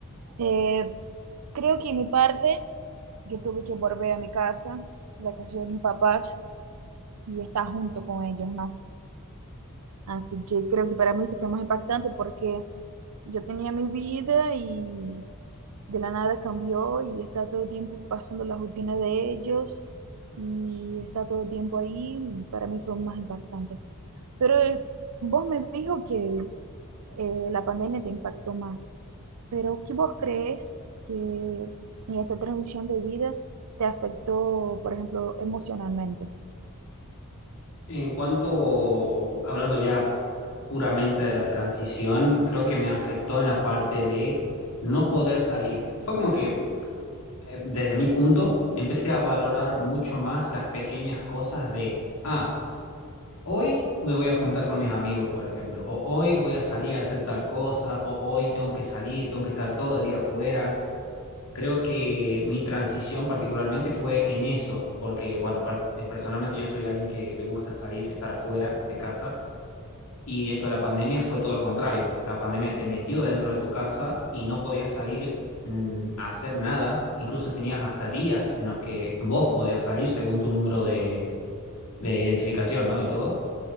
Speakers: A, on the right (about 80°); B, on the left (about 85°).
A: Eh, creo que en mi parte, yo tuve que volver a mi casa, la casa de mis papás, y estar junto con ellos, ¿no? Así que creo que para mí esto fue más impactante porque yo tenía mi vida y de la nada cambió y está todo el tiempo pasando la rutina de ellos y está todo el tiempo ahí y para mí fue más impactante. Pero eh, vos me dijo que eh, la pandemia te impactó más, pero ¿qué vos crees que en esta transición de vida te afectó, por ejemplo, emocionalmente?
B: En cuanto, hablando ya puramente de la transición, creo que me afectó en la parte de no poder salir. Fue como que eh, desde mi punto, empecé a valorar mucho más las pequeñas cosas de, ah, hoy me voy a juntar con mis amigos, por ejemplo, o hoy voy a salir a hacer tal cosa, o hoy tengo que salir, tengo que estar todo el día afuera. Creo que mi transición particularmente fue en eso, porque, bueno, par- eh, personalmente yo soy alguien que le gusta salir, estar afuera de casa. Y esto de la pandemia fue todo lo contrario. La pandemia te metió dentro de tu casa y no podías salir mm, a hacer nada. Incluso tenías hasta días en los que vos podías salir según tu número de, de identificación, ¿no? Y todo.